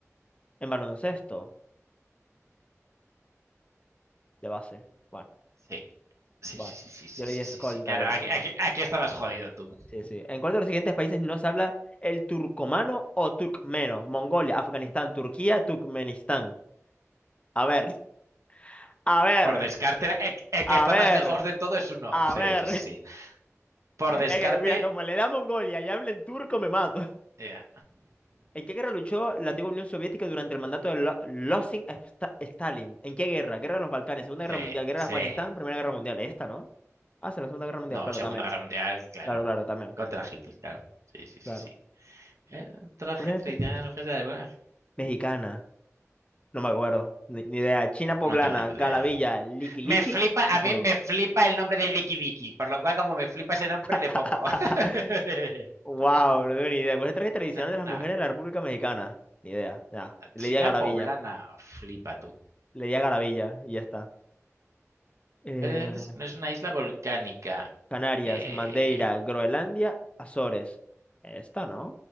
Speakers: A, on the left; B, on the right.
A: En baloncesto, de base. Bueno,
B: Sí,
A: bueno.
B: sí, sí, sí, sí, sí,
A: Yo le
B: sí,
A: di escolta
B: sí, sí. Claro,
A: porque
B: aquí,
A: no.
B: aquí- aquí estabas jodido tú.
A: Sí, sí. ¿En cuál de los siguientes países no se habla el turcomano o turcmeno? Mongolia, Afganistán, Turquía, Turkmenistán. A ver, a ver,
B: Por descarte, el, el
A: a
B: que está
A: ver,
B: más lejos de todo es uno.
A: a
B: Sí,
A: ver.
B: sí, sí, sí.
A: <laughs>
B: Por descarte,
A: Es que, mira, como le da a Mongolia y habla en turco, me mato.
B: eh,
A: ¿En qué guerra luchó la antigua Unión Soviética durante el mandato de Lo- Losing Sta- Stalin? ¿En qué guerra? Guerra de los Balcanes, Segunda Guerra
B: sí,
A: Mundial, Guerra
B: sí.
A: de Afganistán, Primera Guerra Mundial. Esta, ¿no? Ah, sí, la Segunda Guerra Mundial,
B: No,
A: claro,
B: Segunda
A: también.
B: Guerra Mundial, claro.
A: Claro, claro, también.
B: Contra Hitler, claro. Sí, sí, sí,
A: Claro.
B: sí. Eh, Traje
A: ¿Cuál era
B: tradicional
A: la otra?
B: de mujeres de la época.
A: Mexicana. No me acuerdo. Ni, ni idea. China poblana,
B: No tengo ni puta
A: Galavilla,
B: idea.
A: Liki Liki.
B: Me flipa, a
A: Voy.
B: mí me flipa el nombre de Licky Licky, por lo cual como me flipa ese
A: <laughs>
B: nombre le pongo. <laughs>
A: Wow, no tengo ni idea. ¿Cuáles trajes tradicionales
B: Nada,
A: de las mujeres de la República Mexicana? Ni idea. Ya. Le
B: China
A: di a Galavilla.
B: poblana, flipa tú.
A: Le di a Galavilla y ya está. Eh,
B: Cascadientes no es una isla volcánica.
A: Canarias,
B: Eh,
A: Madeira, Groenlandia, Azores. Esta, ¿no?